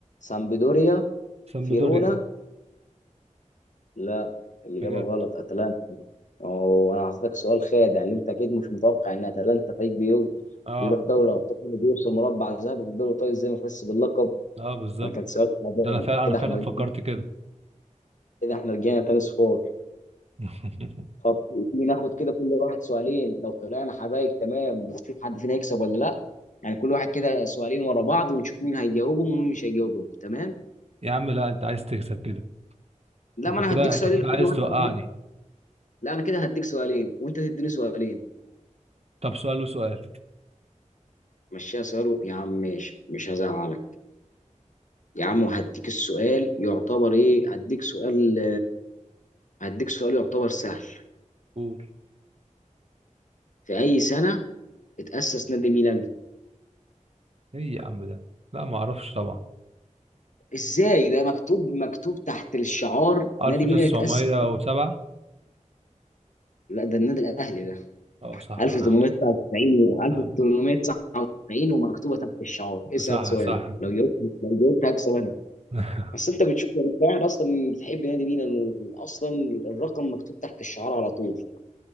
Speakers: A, on the left (about 70°); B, on the right (about 50°).
A: سامبدوريا
B: سامبدوريا
A: فيرونا لا الاجابه
B: بجد
A: غلط اتلانتا وانا هعطيك سؤال خادع اللي انت اكيد مش متوقع ان اتلانتا فريق بيو-
B: اه
A: بيروح دوري الابطال وبيوصل مربع ذهبي في الدوري الايطالي ازاي مفس باللقب
B: اه بالظبط
A: انا كان سؤال تعبان
B: ده انا فعلا
A: كده
B: انا فعلا
A: احنا رجعنا
B: فكرت كده
A: كده احنا رجعنا تاني صفار
B: <laughs>
A: طب تيجي ناخد كده كل واحد سؤالين لو طلعنا حبايب تمام ونشوف حد فينا هيكسب ولا لا يعني كل واحد كده سؤالين ورا بعض ونشوف مين هيجاوبهم ومين مش هيجاوبهم تمام
B: يا عم لا انت عايز تكسب كده
A: لا
B: انت
A: ما انا
B: كده
A: هديك
B: انت
A: سؤالين
B: كده
A: لكل
B: عايز
A: واحد
B: توقعني
A: منهم. لا انا كده هديك سؤالين وانت تديني سؤالين
B: طب سؤال وسؤال
A: مشيها سؤال و- يا عم ماشي مش هزعلك يا عم وهديك السؤال يعتبر ايه هديك سؤال هديك سؤال يعتبر سهل
B: قول
A: في اي سنة اتأسس نادي ميلان
B: ايه يا عم ده لا ما اعرفش طبعا
A: ازاي ده مكتوب مكتوب تحت الشعار
B: 1907
A: نادي ميلان اتأسس لا ده النادي الاهلي ده
B: اه صح
A: 1899
B: <laughs>
A: و 1899
B: آه،
A: ومكتوبة تحت الشعار اسأل
B: صح
A: سؤالك
B: صح
A: لو جاوبت لو جاوبت هكسب انا
B: <laughs>
A: بس انت بتشوف يعني انت قاعد اصلا بتحب نادي ميلان واصلا الرقم مكتوب تحت الشعار على طول